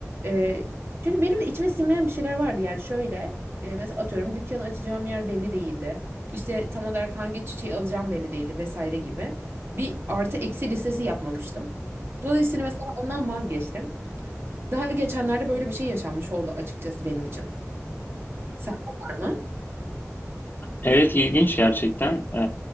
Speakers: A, on the right; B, on the left.
A: E, çünkü benim de içime sinmeyen bir şeyler vardı. Yani şöyle e, mesela atıyorum dükkanı açacağım yer belli değildi. İşte tam olarak hangi çiçeği alacağım belli değildi vesaire gibi. Bir artı eksi listesi yapmamıştım. Dolayısıyla mesela ondan vazgeçtim. Daha geçenlerde böyle bir şey yaşanmış oldu açıkçası benim için. Sende var mı?
B: Evet ilginç gerçekten Ee,